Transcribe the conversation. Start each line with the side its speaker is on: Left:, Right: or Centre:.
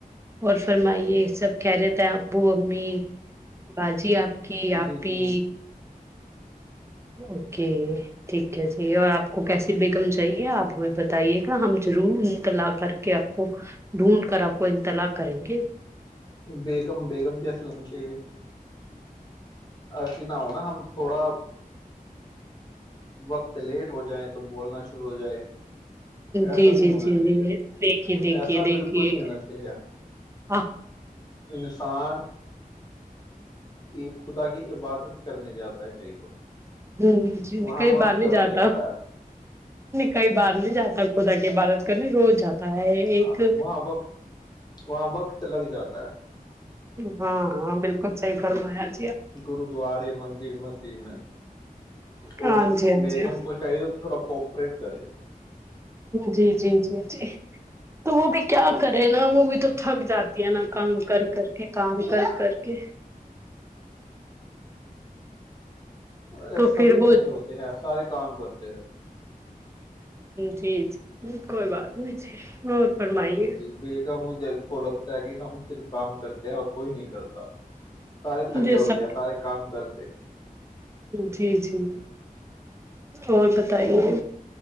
Right: اور فرمائیے سب کہہ رہتے ہیں آپ وہ <inaudible> امی باجی آپ کی آپی
Left: جی جی
Right: اوکے ٹھیک ہے جی اور آپ کو کیسی بیگم چاہیے آپ ہمیں بتائیے گا ہم ضرور انتلاع کر کے آپ کو ڈھونڈ کر آپ کو انتلاع کریں گے
Left: بیگم بیگم کیا فلم چاہیے ایسی نہ ہو نا ہم تھوڑا وقت لیٹ ہو جائے تو بولنا شروع ہو جائے ایسا
Right: جی
Left: نہیں
Right: جی
Left: ہونا
Right: جی
Left: چاہیے
Right: جی دیکھیے دیکھیے
Left: ایسا
Right: دیکھیے
Left: بالکل نہیں ہونا چاہیے
Right: آپ
Left: سستان ایک خدا کی عبادت کرنے جاتا ہے کئی بار <inaudible>
Right: ہوں <inaudible> جی
Left: وہاں
Right: کئی
Left: وقت
Right: بار نہیں
Left: لگ
Right: جاتا
Left: ہے
Right: کئی بار نہیں جاتا خدا کہ بارت کرنے روز جاتا ہے
Left: ہاں
Right: ایک
Left: وہاں وقت وہاں وقت لگ جاتا
Right: ہاں ہاں بالکل سحی فرمایا <inaudible>
Left: گرودوارے مندر مسجد میں اور
Right: ہاں جی ہاں
Left: بیگم
Right: جی
Left: کو چاہیے تھوڑا کوپریٹ <inaudible> کرے <inaudible>
Right: جی جی جی جی تو وہ بھی کیا کرے نا وہ بھی تو تھک جاتی ہے نا کام کر کر کے کام کر کر کے <inaudible>
Left: ارے
Right: تو
Left: سبھی
Right: پھر وہ
Left: تھکے ہوتے ہیں سارے <inaudible> کام کرتے ہیں <inaudible>
Right: جی ج کوئی بات نہیں <inaudible> فرمائیے
Left: جی بے کا مجھ <inaudible> کو لگتا ہے کہ ہم صرف کام کرتے ہیں اور کوئی نہیں کرتا <inaudible> سارے تھکے
Right: جی سب
Left: ہوتے ہیں سارے کام کرتے <inaudible> <inaudible>
Right: جی جی اور بتائیے